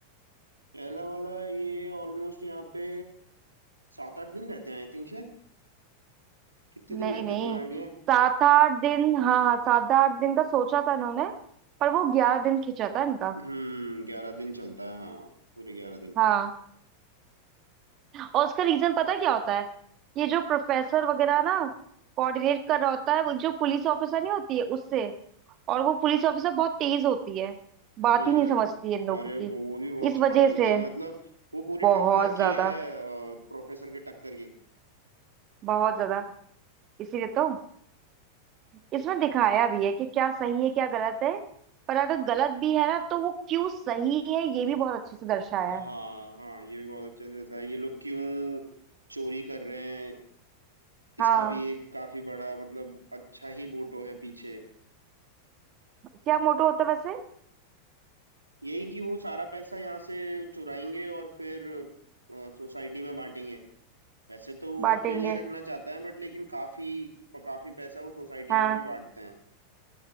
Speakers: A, on the right; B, on the right.
A: पहला वाला ये ऑलमोस्ट यहाँ पे सात आठ दिन रहते हैं आई थिंक शायद कितने दिन
B: नहीं
A: रहते
B: नहीं
A: हैं तुम्हें आइडिया है
B: सात आठ दिन हाँ हाँ सात आठ दिन का सोचा था इन्होंने पर वो ग्यारह दिन खींचा था इनका
A: हम्म ग्यारह दिन चलता है हाँ पूरे ग्यारह दिन
B: हाँ और उसका रीजन पता है क्या होता है ये जो प्रोफेसर वगैरह ना कोऑर्डिनेट कर रहा होता है वो जो पुलिस ऑफिसर नहीं होती है उससे और वो पुलिस ऑफिसर बहुत तेज होती है बात
A: हम्म
B: ही नहीं समझती है इन लोगों
A: अरे
B: की
A: वो वो भी बहुत
B: इस
A: स्मार्ट
B: वजह
A: होती
B: से
A: है मतलब वो पूरी
B: बहुत
A: टक्कर
B: ज्यादा
A: की है प्रोफेसर के टक्कर की
B: बहुत ज्यादा इसीलिए तो इसमें दिखाया भी है कि क्या सही है क्या गलत है पर अगर गलत भी है ना तो वो क्यों सही है ये भी बहुत अच्छे से दर्शाया
A: हाँ
B: है
A: हाँ ये भी बहुत अच्छे से दर्शाया है। ये लोग क्यों चोरी कर रहे हैं इसका
B: हाँ
A: भी एक काफी बड़ा मतलब अच्छा ही मोटो है पीछे
B: क्या मोटो होता है वैसे
A: यही कि वो सारा पैसा यहाँ से चुराएंगे और फिर सोसाइटी में बांटेंगे वैसे तो वो
B: बांटेंगे
A: अपने लिए रखना चाहता है बट लेकिन काफी काफी पैसा वो सोसाइटी
B: हाँ
A: में भी बांटते हैं